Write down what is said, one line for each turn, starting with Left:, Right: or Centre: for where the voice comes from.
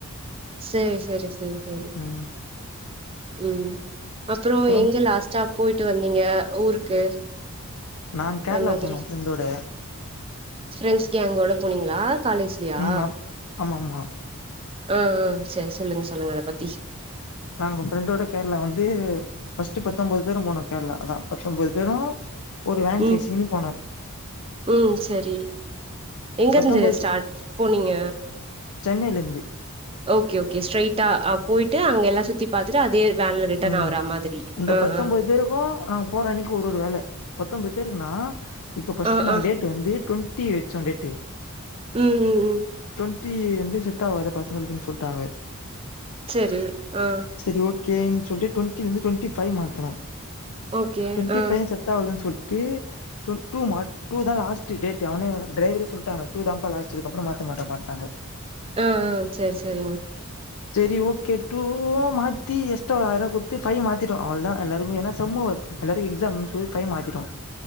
Right: சேரி செரி செரி செரி
Left: ம்
Right: ம் அப்புறோ
Left: அப்புறம்
Right: எங்க லாஸ்டா போய்ட்டு வந்தீங்க ஊருக்கு
Left: நாங் கேரளா
Right: அது மாதிரி
Left: போனோ ஃப்ரெண்டோட
Right: ஃப்ரெண்ட்ஸ் கேங்கோட போனீங்களா காலேஜ்லியா
Left: ம் ஆம் ஆமாமா
Right: ஆ ஆ செ சொல்லுங்க சொல்லுங்க அத பத்தி
Left: நாங்க ஃப்ரெண்டோட கேரளா வந்து ஃபர்ட்டு பத்தொம்போது பேரு போனோ கேரளா அதா பத்தொம்போது பேரு ஒரு வேன்
Right: ம்
Left: பேசிக்கினு போனோ
Right: ம் செரி எங்கருந்து
Left: பத்தொம்போது
Right: ஸ்டாட் போனீங்க
Left: சென்னையில இருந்து
Right: ஓகே ஓகே ஸ்ட்ரைட்டா ஆ போய்ட்டு அங்க எல்லா சுத்தி பாத்துட்டு அதே வேன்ல ரிட்டர்ன்
Left: ம்
Right: ஆவற மாதிரி
Left: இந்த
Right: ஆ
Left: பத்தொம்பொது
Right: ஆ
Left: பேருக்கு நாங்க போற அன்னிக்கு ஒரு ஒரு வேல பத்தொம்பொத் பேருக்குனா இப்போ ஃபஸ்ட்டு
Right: ஆ
Left: நாங்க
Right: ஆ
Left: டேட் டு வந்து டொன்டி வெச்சோ டேட்டு
Right: ம் ம் ம்
Left: டொன்டி வந்து செட் ஆவாது பசங்களுக்குன் சொல்ட்டாங்க
Right: செரி ஆ
Left: செரி ஓகேன் சொல்ட்டு டொன்டிலிந்து டொன்டி ஃபை மாத்துனோ
Right: ஓகே
Left: டொன்டி
Right: ஆ
Left: ஃபையு செ ட் ஆவலன் சொல்ட்டு டொன் டூ மாத் டூ தா லாஸ்ட்டு டேட்டு அவனே டிரைவரே சொல்ட்டாங்க டூ தா இதுக்கப்பற மாத்த மாட்டேன்ட்டாங்க
Right: ஆ ஆ சேரி சேரிங்
Left: சரி ஓகே டூவா மாத்தி எஸ் டு ஒரு ஆயிரம் குட்த்து ஃபை மாத்திட்டோ அவ்ளோ தா எல்லாருக்கு ஏன்னா சம்மு எல்லாருக்கு எக்ஸாம்னு சொல்லி டைம் மாத்திட்டோ